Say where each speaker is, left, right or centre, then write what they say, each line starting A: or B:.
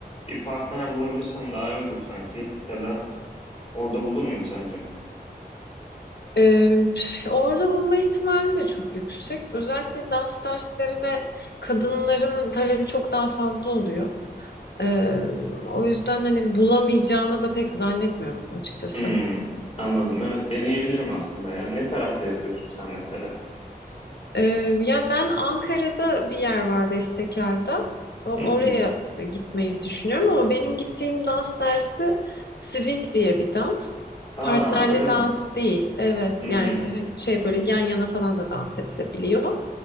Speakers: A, on the left (about 40°); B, on the left (about 85°).
A: Bir partner bulabilirsem daha iyi olur sanki. Ya da orada bulur muyum sence?
B: E, orada bulma ihtimali de çok yüksek. Özellikle dans derslerine kadınların talebi çok daha fazla oluyor. E, o yüzden hani bulamayacağını da pek zannetmiyorum açıkçası.
A: Hmm, anladım. Evet, deneyebilirim aslında ya. Ne tarafta yapıyorsun sen mesela?
B: Ee, yani ben Ankara'da bir yer var Bestekar'da. O- Oraya
A: Hı hı.
B: gitmeyi düşünüyorum ama benim gittiğim dans dersi swing diye bir dans.
A: Aa,
B: Partnerli
A: öyle
B: dans
A: mi?
B: değil. Evet
A: Hı
B: yani
A: hı.
B: şey böyle yan yana falan da dans edilebiliyor.